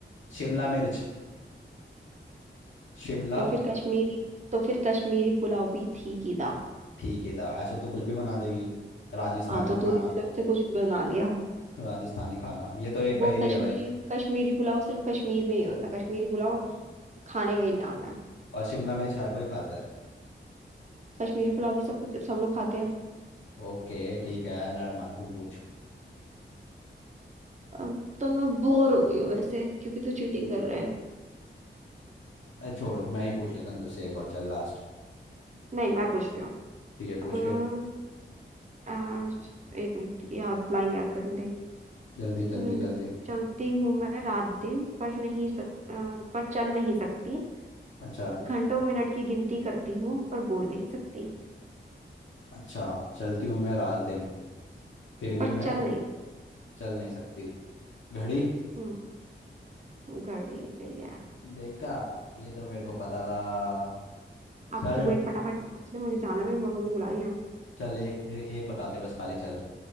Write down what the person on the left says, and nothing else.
शिमला मिर्च शिमला
ठीक है था ऐसा तो कुछ भी बना देगी राजस्थानी
खाना
<laughs> राजस्थानी खाना ये तो एक
पहेली
है भाई
और शिमला मिर्च हर कोई खाता है
ओके ठीक है लड़ मत तू पूछ
अरे छोड़ मैं ही पूछ लेता हूँ तुझसे एक और चल लास्ट
ठीक है पूछ
फिर
जल्दी जल्दी
जल्दी
अच्छा
अच्छा चलती हूँ मैं रात दिन फिर भी
मैं
चल नहीं सकती घड़ी
देखा ये तो मेरे को पता था
चल
चल एक फिर एक बताते बस खाली चल